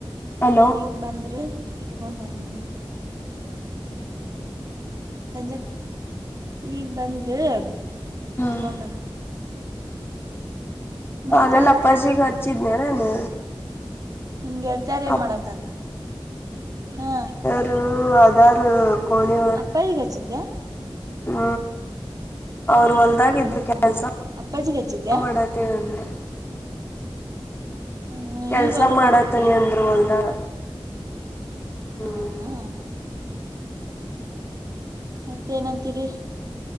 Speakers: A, on the left (about 25°); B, on the right (about 40°).
A: ಹಲೋ
B: ಈಗ ಬಂದ್ರೆ ಇದತ್ಕೊಂಡರಂಗೆ ಜ ಈಗ ಬಂದ್ರೆ ಕುತ್ಕೊಂಡಾರ
A: ಹ್ಮ್
B: ಮತ್ತ
A: ಹಾಗಲ್ಲ ಅಪ್ಪಾಜಿಗ ಹಚ್ಚಿದ್ನೆ ನಾನು
B: ನಿಮ್ಮ ಗೆಳರ್ತಾರ ಏನ್
A: ಅಪ್
B: ಮಾಡತಾರ ಹಾ
A: ಹುಂ ಆಧಾರ್ ಕೊನೆಯೋಳಗ
B: ಪೈಗೆ ಹಚ್ಚಿದ್ದೆಯಾ
A: ಹ್ಮ ಅವರು ಹೊಲ್ದಾಗ
B: ಹಾ
A: ಇದ್ರ ಕೆಲ್ಸ
B: ಅಪ್ಪಾಜಿಗೆ ಹಚ್ಚಿದ್ಯಾ
A: ಮಾಡ ತ್ತ ಅಂದರೆೆ
B: ಹ
A: ಕೆಲಸ
B: ಈಗ ಹೊಲಕ್
A: ಮಾಡತನಿ
B: ಹೋತ ಅಪ್ಪಾಜಿ
A: ಅಂದ್ರ ಹೊಲ್ದಾಗ ಹ್ಮ್
B: ಹಾ ಹಾ ಮತ್ತೇನಂತೀರಿ